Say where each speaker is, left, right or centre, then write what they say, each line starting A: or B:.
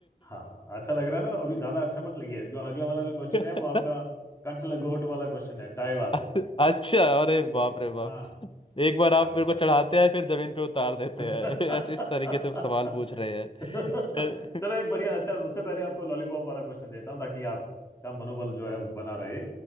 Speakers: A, on the left; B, on the left.
A: हाँ अच्छा लग रहा है ना तो अभी ज्यादा अच्छा मत लगिए क्यों अगला वाला जो क्वेश्चन
B: <laughs>
A: है वो आपका कंठ लंगोट वाला क्वेश्चन है टाई वाला
B: अच्छा अरे
A: ठीक
B: बाप
A: है
B: रे बाप
A: हाँ
B: एक बार आप
A: अच्छा
B: मेरे को चढ़ाते हैं फिर जमीन पे उतार देते
A: <laughs> चलो
B: हैं <laughs> ऐसे इस तरीके से सवाल पूछ रहे हैं चल
A: एक बढ़िया अच्छा उससे पहले आपको लॉलीपॉप वाला क्वेश्चन देता हूँ ताकि आपका मनोबल जो है वो बना रहे